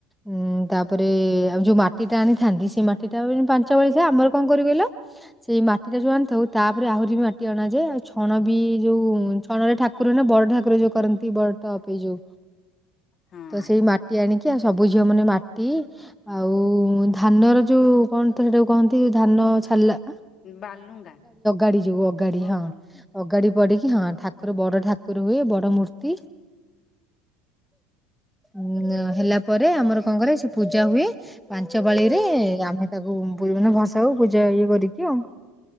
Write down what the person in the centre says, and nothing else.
ଉଁ ତାପରେ ଆଉ ଯୋଉ ମାଟି ଟା ଆଣିଥାନ୍ତି ସେ ମାଟି ଟା ପାଞ୍ଚ ଭଳିଥାଏ ଆମର କଣ କରୁ କହିଲ? ସେଇ ମାଟି ଟା ଯଉ ଆଣିଥାଉ ତାପରେ ଆହୁରି ବି ମାଟି ଅଣାଯାଏ ଆଉ ଛଣ ବି ଯୋଉ ଛଣରେ ଠାକୁର ନା ବଡ ଠାକୁର ଯୋଉ କରନ୍ତି ବଡ଼ ଟପଇ ଯୋଉ
ତ ସେଇ ମା ଟି ଆଣିକି ଆଉ ସବୁ ଝିଅ ମାନେ ମାଟି। ଆଉ ଧାନର ଯୋଉ କଣ ତ ସେଟାକୁ କହନ୍ତି ଧାନ ଛାଡିଲା ନା।
ଅଡି ଯୋଉ ଅଗାଡି
ହଁ ଅଗାଡି ପଡିକି ହଁ ଠାକୁର ବଡ ଠାକୁର ହୁଏ ବଡ ମୂର୍ତ୍ତି। ଉ ହେଲା ପରେ ଆମର କଣ କରେ ସେ ପୂଜା ହୁଏ। ପାଞ୍ଚ ପାଳି ରେ ଆମେ ତାକୁ ପୁର ମାନେ ଭସାଉ ପୂଜା ଇଏ କରିକି ଆଉ।